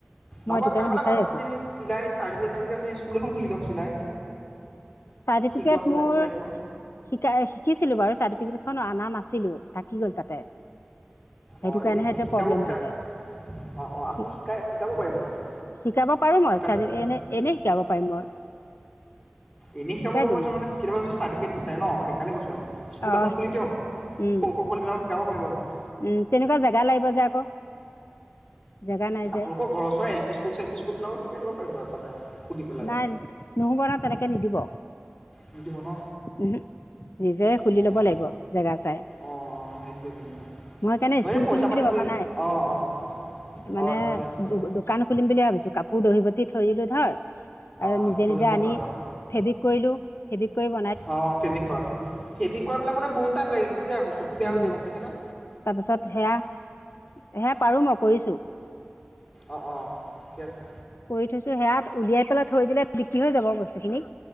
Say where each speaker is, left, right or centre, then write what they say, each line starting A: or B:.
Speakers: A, on the left; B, on the left.
A: মই
B: নহয়
A: সেইটো
B: বা
A: কাৰণে
B: কাম এটা
A: বিচাৰি
B: কৰক, আপুনি
A: আছোঁ
B: যদি চিলাই চাৰ্টিফিকেট টাৰ্টিফিকেট স্কুল খুলি দিয়ক চিলাই
A: চাৰ্টিফিকেট
B: শিকোৱা চিলাই
A: মোৰ
B: চিলাই শিকোৱা।
A: শিকাই শিকিছিলো বাৰু চাৰ্টিফিকেটখন অনা নাছিলো থাকি গ'ল তাতে। সেইটো
B: অ',
A: কাৰণেহে
B: এনেই যদি
A: এতিয়া
B: শিকাব
A: প্ৰব্লেম
B: বিচাৰা
A: হৈ আছে
B: অঁ অঁ আপুনি
A: শি
B: শিকাই শিকাব পাৰিব দেখোন।
A: শিকাব পাৰোঁ মই
B: শিকালে
A: ছাৰ এনে এনেই শিকাব পাৰিম মই।
B: এনে শিকাব
A: শিকাই
B: পাৰিব
A: দিম
B: মানে, কেতিয়াবা চাৰ্টিফিকেট বিচাৰে ন সেইকাৰণে কৈছোঁ মানে। স্কুল
A: অ
B: এখন খুলি দিয়ক
A: উম
B: সৰু সৰু পোৱালী বিলাকক শিকাব পাৰিব আপুনি।
A: উম, তেনেকুৱা জেগা লাগিব যে আকৌ। জেগা নাই
B: এ
A: যে
B: আপোনালৰ ঘৰ ওচৰৰ এল পি স্কুল চেলপি স্কুলবিলাকত শিকাই দিব পাৰিব এটা টাইমত। সুধি পেলাই
A: নাই নহ'ব নহয় তেনেকে নিদিব।
B: নিদিব ন?
A: ও'হু', নিজে খুলি
B: অঁ
A: ল'ব লাগিব জেগা চাই।
B: অঁ সেইটোৱে তেন্তে
A: মই সেইকাৰণে
B: মানে
A: স্কুল
B: পইচা
A: খুলিম বুলি
B: পাতি
A: ভবা
B: দি
A: নাই।
B: অ', অ',
A: মানে
B: অ', ঠিকে আছে বাৰু
A: দো দোকান খুলিম বুলিহে ভাবিছো, কাপোৰ দহিবতি থৈ দিলো ধৰ আৰু
B: অ',
A: নিজে
B: দহি
A: নিজে
B: বতাৰ
A: আনি
B: অ',
A: ফেব্ৰিক কৰিলোঁ। ফেব্ৰিক কৰিব
B: অ', ফেব্ৰিক কৰা, ফেব্ৰিক কৰা বিলাক মানে বহুত টাইম লাগে কিন্তু আকৌ চকু বেয়া
A: উম
B: হৈ যায় গ'ম পাইছে নে?
A: তাৰপিছত সেয়া, সেয়া পাৰোঁ মই কৰিছো।
B: অ', অ' ঠিকে আছে।
A: কৰি থৈছো সেয়াত উলিয়াই পেলাই থৈ দিলে বিক্ৰী হৈ যাব বস্তুখিনি।